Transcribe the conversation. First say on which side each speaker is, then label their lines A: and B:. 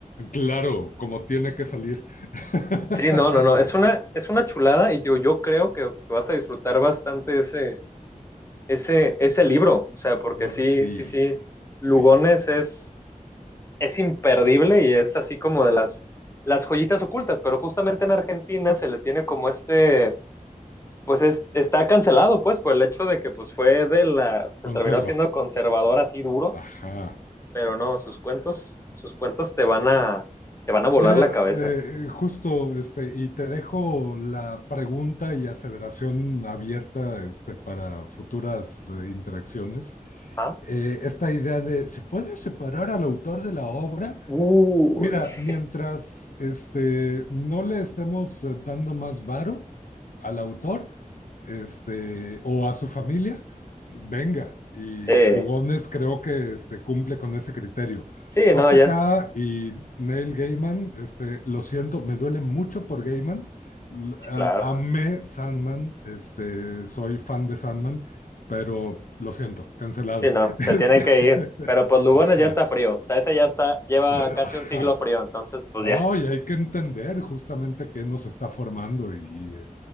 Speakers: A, on the left; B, on the left.
A: Claro, como tiene que salir. <laughs>
B: Sí, no, no, no, es una, es una chulada y yo, yo creo que que vas a disfrutar bastante ese ese, ese libro, o sea, porque
A: Oh,
B: sí,
A: sí,
B: sí, sí,
A: sí.
B: Lugones es, es imperdible y es así como de las, las joyitas ocultas, pero justamente en Argentina se le tiene como este, pues es- está cancelado, pues, por el hecho de que pues fue de la, se
A: Conserva.
B: terminó siendo conservador así duro,
A: Ajá.
B: pero no, sus cuentos, sus cuentos te van a, te van a volar
A: Mira,
B: la cabeza.
A: eh, justo, este, y te dejo la pregunta y aseveración abierta, este, para futuras eh, interacciones.
B: ¿Ah?
A: Eh, esta idea de, ¿se puede separar al autor de la obra?
B: Uy.
A: Mira, mientras
B: <laughs>
A: este, no le estemos eh, dando más varo al autor este, o a su familia, venga. Y
B: Eh,
A: Lugones creo que este, cumple con ese criterio.
B: sí,
A: JK
B: no, ya, es-
A: y Neil Gaiman, este, lo siento, me duele mucho por Gaiman. L-
B: sí,
A: a-
B: claro.
A: amé Sandman, este, soy fan de Sandman, pero lo siento, cancelado.
B: Sí, no,
A: <laughs>
B: se
A: Este,
B: tiene que ir.
A: <laughs>
B: Pero pues Lugones
A: ajá,
B: ya está frío. O sea, ese ya está, lleva
A: <laughs>
B: casi
A: ajá.
B: un siglo frío. Entonces, pues
A: No,
B: ya,
A: y hay que entender justamente qué nos está formando y eh,